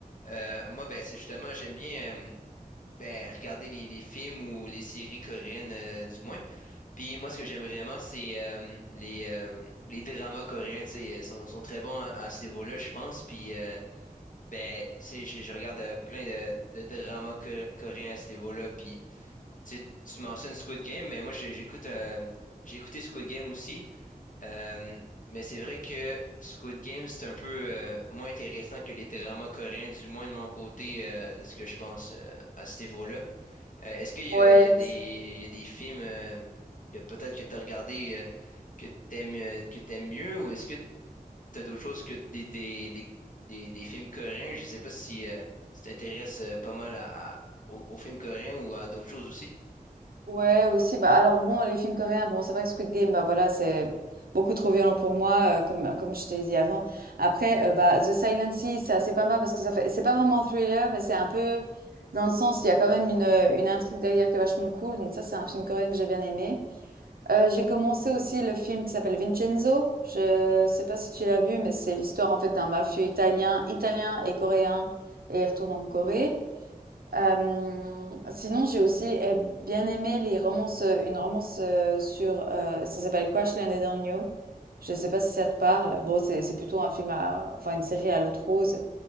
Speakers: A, on the left (about 60°); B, on the right (about 80°).
A: euh, moi, ben, c'est justement, j'aime bien euh, ben, regarder les, les films ou les séries coréennes, euh, du moins. Puis moi, ce que j'aime vraiment, c'est euh, les, euh, les dramas coréens, tu sais, ils sont, sont très bons à, à ce niveau-là, je pense. Puis euh, ben, c'est, je, je regarde euh, plein de, de dramas co- coréens à ce niveau-là. Puis tu, sais, tu mentionnes Squid Game, mais moi, j'ai- j'écoute, euh, j'ai écouté Squid Game aussi. Euh, mais c'est vrai que Squid Game, c'est un peu euh, moins intéressant que les dramas coréens, du moins de mon côté, euh, de ce que je pense euh, à ce niveau-là. Euh, est-ce qu'il y
B: Ouais,
A: a, il y a des,
B: c'est-
A: il y a des films euh, que peut-être que tu as regardé euh, que t'aimes euh, que t'aimes mieux ou est-ce que tu as d'autres choses que des, des, des, des, des films coréens? Je sais pas si euh, tu t'intéresses euh, pas mal à, à- aux, aux films coréens ou à d'autres choses aussi.
B: Ouais, aussi. Bah, alors bon, les films coréens, bon, c'est vrai que Squid Game, bah voilà, c'est beaucoup trop violent pour moi, euh, comme, comme je t'ai dit avant. Après, euh, bah, The Silent Sea, c'est assez pas mal parce que ça fait, c'est pas vraiment un thriller, mais c'est un peu dans le sens, il y a quand même une, euh, une intrigue derrière qui est vachement cool. Donc ça, c'est un film coréen que j'ai bien aimé. Euh, j'ai commencé aussi le film qui s'appelle Vincenzo. Je sais pas si tu l'as vu, mais c'est l'histoire en fait d'un mafieux italien, italien et coréen, et il retourne en Corée. Euh, sinon, j'ai aussi eh, bien aimé les romances, euh, une romance euh, sur, euh, ça s'appelle Crash Landed on You. Je sais pas si ça te parle. Bon, c'est c'est plutôt un film à, enfin une série à l'autre rose.